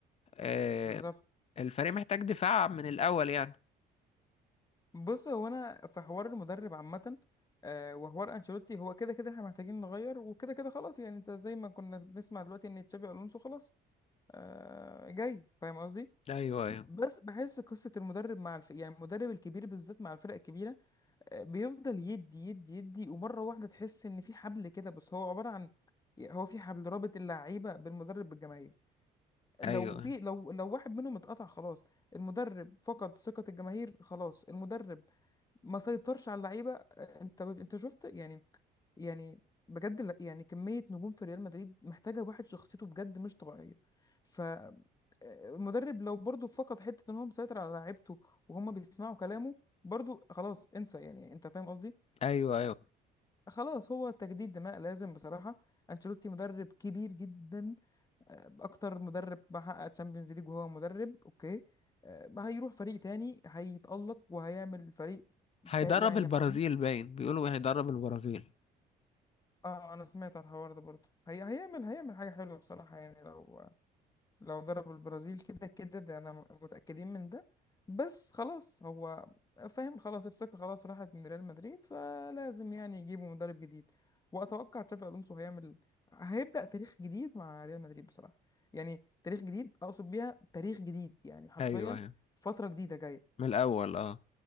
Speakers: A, on the left; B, on the left.
A: آه،
B: بالظبط
A: الفريق محتاج دفاع من الاول يعني
B: بص هو انا في حوار المدرب عامة آه، وحوار انشيلوتي هو كده كده احنا محتاجين نغير وكده كده خلاص يعني انت زي ما كنا بنسمع دلوقتي ان تشافي الونسو خلاص آه، جاي فاهم قصدي
A: ايوه ايوه
B: بس بحس قصة المدرب مع الف... يعني المدرب الكبير بالذات مع الفرق الكبيرة بيفضل يدي يدي يدي ومره واحده تحس ان في حبل كده بس هو عباره عن هو في حبل رابط اللعيبه بالمدرب بالجماهير لو
A: ايوه
B: في لو لو واحد منهم اتقطع خلاص المدرب فقد ثقه الجماهير خلاص المدرب ما سيطرش على اللعيبه آه، انت انت شفت يعني يعني بجد لا- يعني كميه نجوم في ريال مدريد محتاجه واحد شخصيته بجد مش طبيعيه ف آه، المدرب لو برضه فقد حته ان هو مسيطر على لعيبته وهم بيسمعوا كلامه برضه خلاص انسى يعني انت فاهم قصدي
A: ايوه ايوه
B: فخلاص هو تجديد دماء لازم بصراحه انشيلوتي مدرب كبير جدا اكتر مدرب بحقق تشامبيونز ليج وهو مدرب اوكي آه، ما هيروح فريق تاني هيتألق وهيعمل فريق
A: هيدرب
B: تا- يعني
A: البرازيل
B: عظيم
A: باين بيقولوا هيدرب البرازيل
B: اه انا سمعت على الحوار ده برضه هي هيعمل هيعمل حاجة حلوة بصراحة يعني لو لو ضرب البرازيل كده كده ده انا م- متأكدين من ده بس خلاص هو فاهم خلاص الثقة خلاص راحت من ريال مدريد فلازم يعني يجيبوا مدرب جديد واتوقع تشافي الونسو هيعمل هيبدأ تاريخ جديد مع ريال مدريد بصراحة يعني تاريخ جديد اقصد بيها تاريخ جديد يعني حرفيا
A: ايوه ايوه
B: فترة جديدة جاية
A: من الاول اه